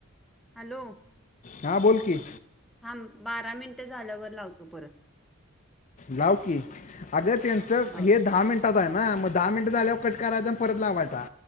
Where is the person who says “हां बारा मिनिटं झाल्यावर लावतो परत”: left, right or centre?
Centre